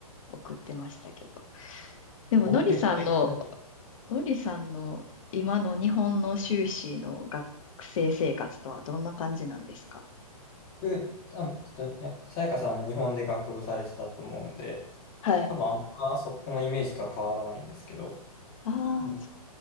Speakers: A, on the left; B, on the left.
A: 送ってましたけど。でも、
B: 合計5年
A: のりさんの、のりさんの今の日本の修士の学生生活とはどんな感じなんですか
B: はい僕、多分えっと、いやさやかさんも日本で学部されてたと思うんで、
A: はい。
B: 多分あんまそこのイメージとは変わらないんですけど、
A: ああ
B: うん